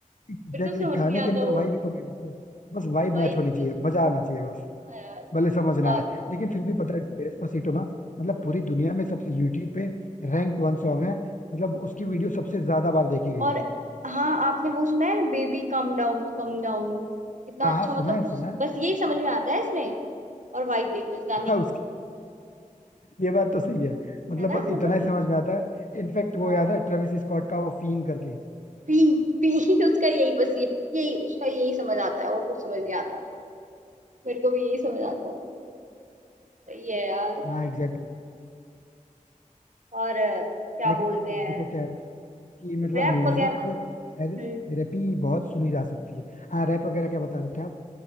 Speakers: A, on the left; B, on the right.
A: एग्जैक्टली
B: बिल्कुल समझ
A: exactly, गाने
B: नहीं
A: के
B: आता
A: अंदर
B: वो
A: वाइब ही तो मेन होती है बस वाइब
B: वही
A: मैच होनी
B: विवेश
A: चाहिए मजा आना चाहिए बस
B: हाँ यार
A: भले समझ ना
B: और
A: आए लेकिन फिर भी पता है डेस्पासीटो ना मतलब पूरी दुनिया में सबसे यूट्यूब पे रैंक वन सॉन्ग है मतलब उसकी वीडियो सबसे ज्यादा बार देखी गई
B: और
A: है
B: हाँ आपने वो सुना है baby calm down calm down इतना
A: हाँ
B: अच्छा
A: हाँ सुना
B: मतलब
A: है
B: कुछ
A: सुना है
B: बस यही समझ में आता है इसमें और वाइब देखो इस गाने
A: <laughs> हाँ,
B: की
A: ये बात तो सही है मतलब
B: है ना
A: बस
B: मतलब
A: इतना ही समझ में आता है इनफैक्ट वो
B: हाँ
A: याद है ट्रेविस स्कॉट का वो फीन करके
B: पी पी <laughs> उसका यही बस ये यही उसका यही समझ आता है और कुछ समझ नहीं आता मेरे को भी यही समझ आता है सही है यार
A: हाँ एग्जैक्टली exactly.
B: और अ, क्या
A: लेकिन
B: बोलते
A: फिर
B: हैं
A: देखो क्या है ना कि मतलब
B: रैप
A: म्यूजिक
B: वगैरह
A: एज ए
B: हम्म
A: थेरेपी बहुत सुनी जा सकती है हाँ रैप वगैरह क्या बता रहे थे आप